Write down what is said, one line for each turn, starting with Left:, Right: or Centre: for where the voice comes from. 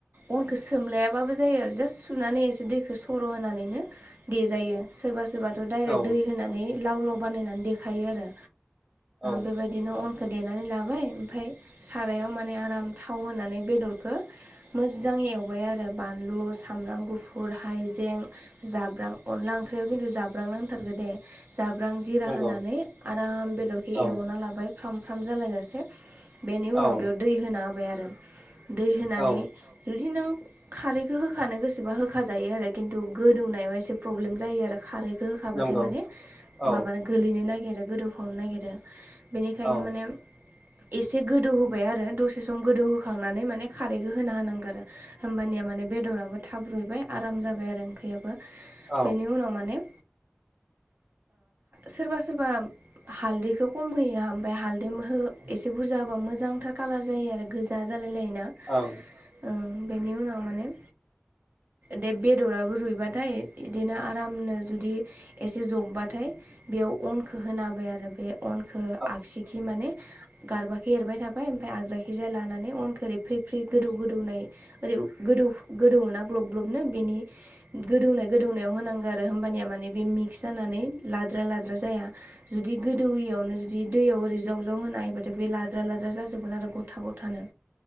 Right: अनखौ सोमलायाबाबो जायो आरो जास्ट सुनानै एसे दैखौो सर' होनानैनो देजायो। सोरबा सोरबाथ' डाइरेक्ट
Centre: औ
Right: दै होनानै लाव लाव बानायनानै देखायो आरो।
Centre: औ
Right: बेबायदिनो अन खौ देनानै लाबाय ओमफ्राय सारायाव माने आराम थाव होनानै बेदरखौ मोजाङै एवबाय आरो बानलु सामब्राम गुफुर हाइजें जाब्रां अनला ओंख्रियाव खिन्थु जाब्रां नांथारगो दे जाब्रां जिरा
Centre: नंगौ
Right: होनानै आराम बेदरखौ‌
Centre: औ
Right: एवना लाबाय फ्राम फ्राम जालायजासे बेनि
Centre: औ
Right: उनाव बेयाव दै होना होबाय आरो दै होनानै
Centre: औ
Right: जुदि नों खारैखौ होखानो गोसोबा होख जायो आरो खिन्थु गोदौनायाव एसे प्रब्लेम जायो आरो खारैखौ बेखौ होखाबाथाय
Centre: नंगौ
Right: माने
Centre: औ
Right: माबानो गोलैनो नागिरो गोदौफावनो नागिरो बेनिखायनो
Centre: औ
Right: माने एसे गोदौ होबाय आरो दसे सम गोदौहोखांनानै माने खारैखौ होना होनांगोन आरो होमबानिया माने बेदराबो थाब रुइबाय आराम जाबाय आरो ओंख्रियाबो
Centre: औ
Right: बेनि उनाव मानेओ सोरबा सोरबा हालदैखौ खम होयो ओमफफ्राय हालदै एसे बुरजा होबा मोजांथार कालार जायो आरो गोजा जालाय लायो ना
Centre: ओं
Right: ओं बेनि उनाव माने दे बेदराबो रुइबाथाय बिदिनो आरामनो जुदि एसे जब्बाथाय बेयाव अनखौ होनाबाय आरो बे अनखौ
Centre: औ
Right: ओ‌ आगसि माने गारबाखौ एरबाय थाबाय ओम आग्राथिं लानानै फ्रि गोदौ गोदौनाय ओरै गोदौ गोदौ ना ग्लब ग्लबनो बेनि गोदौनाय गोदौनायाव होनांगौ आरो होमबानिया माने बे मिक्स जानानै लाद्रा लाद्रा जाया जुदि गोदौयावनो बि दैयाव ओरै जाव जाव होनो हायोबाथाय बे लाद्रा लाद्रा जाजोबगोन आरो गथा गथानो